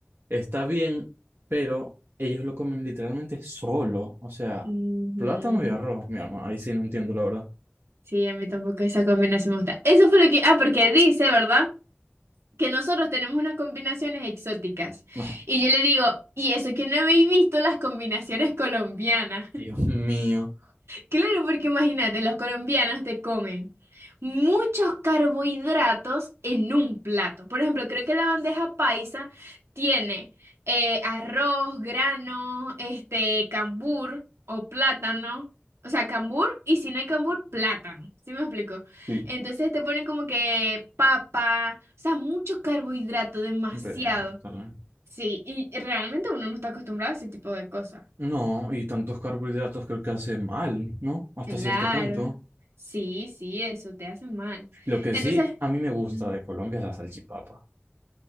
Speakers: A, on the right; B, on the right.
A: está bien, pero ellos lo comen literalmente solo. O sea,
B: Ujú.
A: plátano y arroz, mi arma. Ahí sí no entiendo, la verdad.
B: Sí, a mí tampoco esa combinación me gusta. Eso fue lo que... Ah, porque dice, ¿verdad? Que nosotros tenemos unas combinaciones exóticas.
A: <laughs> Ajá.
B: Y yo le digo, y eso que no habéis visto las combinaciones colombianas.
A: Dios mío.
B: Claro, porque imagínate, los colombianos te comen muchos carbohidratos en un plato. Por ejemplo, creo que la bandeja paisa tiene eh, arroz, granos, este, cambur o plátano. O sea, cambur y si no hay cambur, plátano. ¿Sí me explico?
A: Sí.
B: Entonces te ponen como que papa, o sea, mucho carbohidrato, demasiado.
A: Vértale.
B: Sí, y realmente uno no está acostumbrado a ese tipo de cosas.
A: No, y tantos carbohidratos creo que hace mal, ¿no? Hasta
B: Claro.
A: cierto punto.
B: Sí, sí, eso te hace mal.
A: Lo que
B: Entonces,
A: sí a mí me gusta
B: Mm.
A: de Colombia es la salchipapa. O